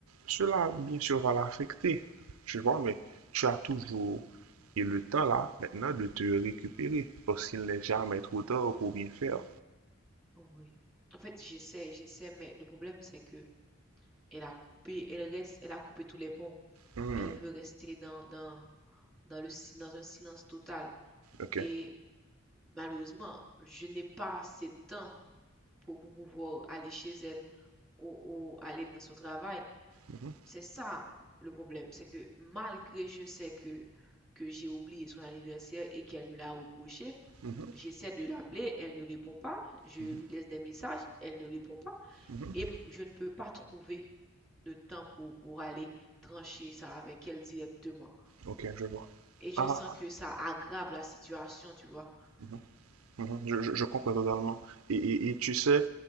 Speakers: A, on the right; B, in the centre.
A: cela, bien sûr, va l'affecter. Tu vois, mais tu as toujours et le temps là, maintenant, de te récupérer, parce qu'il n'est jamais trop tard pour bien faire.
B: Oui. En fait, j'essaie, j'essaie, mais le problème, c'est que elle a coupé, elle reste, elle a coupé tous les ponts.
A: Hmm,
B: Elle veut rester dans, dans, dans le, si- dans un silence total.
A: ok.
B: Et malheureusement, je n'ai pas assez de temps pour, pour pouvoir aller chez elle ou, ou aller dans son travail.
A: Mhm,
B: C'est ça le problème, c'est que malgré je sais que, que j'ai oublié son anniversaire et qu'elle me l'a reproché,
A: mhm,
B: j'essaie de l'appeler, elle ne répond pas, je
A: mhm,
B: lui laisse des messages, elle ne répond pas
A: mhm.
B: et je ne peux pas trouver de temps pour, pour aller trancher ça avec elle directement.
A: Ok, je vois.
B: Et je
A: Ah,
B: sens que ça aggrave la situation, tu vois.
A: mhm, mhm, je, je- je comprends totalement. Et, et- et tu sais,